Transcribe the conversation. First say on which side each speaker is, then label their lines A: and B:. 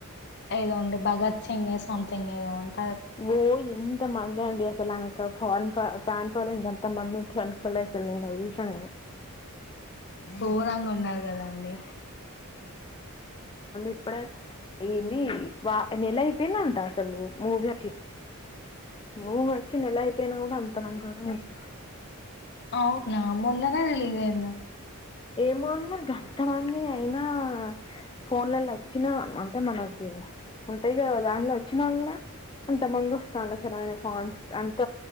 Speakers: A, on the left; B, on the left.
A: ఏద ఉంట భగత్ సింగ్ సథంగ్ ఏద ఉంట
B: ఓ ఎంత మ డి సన్ ఫన్ ఫ అంతం అనుకులే సార్ ర్యూషన్
A: గరం ఉన్నారు కదాండి
B: ఇప్పుడే అయ్యంది వా నెల అయిపోయినా ఉంటా అసలు మూవ వచ్చి మూవీ వచి మంత్ అయితేనా కూడా అంత నమ్ జ ఎంత
A: అవు నా మొన్ననే వెలిదేన్నా
B: ఏమోంది మరి ఎంతమంది అయినా ఫోన్లలో వచ్చినా అంటే మనకి ఉంతగా దాంట్లో వచ్చినాన అంత మంది వస్తాను అసలుైన ఫన్ అంత